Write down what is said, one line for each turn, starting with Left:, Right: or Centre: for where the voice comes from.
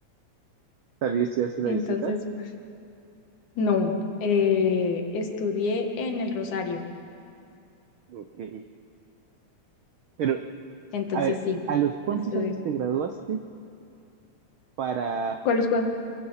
Right: También estudiaste en
Left: Entonces,
Right: la distrital.
Left: pues, no, eh, estudié en el Rosario.
Right: Ok. Pero,
Left: Entonces,
Right: a ver,
Left: sí,
Right: ¿a los cuántos
Left: estudié.
Right: años te graduaste para,
Left: ¿Cuál es cuál?